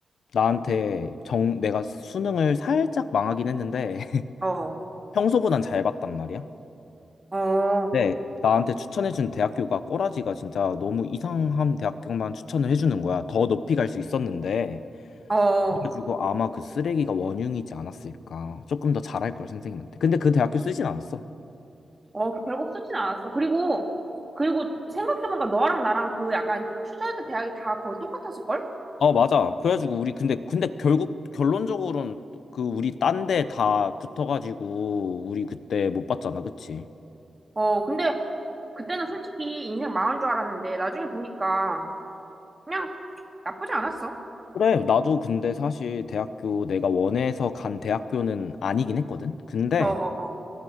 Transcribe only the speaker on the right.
어,
어,
어.
어, 결국 쓰진 않았어. 그리고, 그리고 생각해보니까 너랑 나랑 그 약간 투자했던 대학이 다 거의 똑같았을걸?
어, 근데 그때는 솔직히 인생 망한 줄 알았는데 나중에 보니까 그냥 나쁘지 않았어.
어, 어,